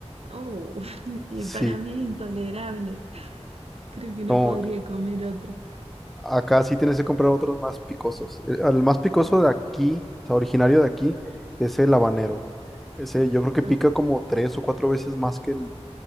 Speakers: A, on the right (about 60°); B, in the centre.
A: Oh, <laughs> y
B: Sí,
A: para mí es intolerable. Creo que no
B: no,
A: podría comer otro.
B: Acá sí tienes que comprar otros más picosos. El, el más picoso de aquí, o sea, originario de aquí, es el habanero. Ese yo creo que pica
A: Ah,
B: como tres o cuatro veces más que el,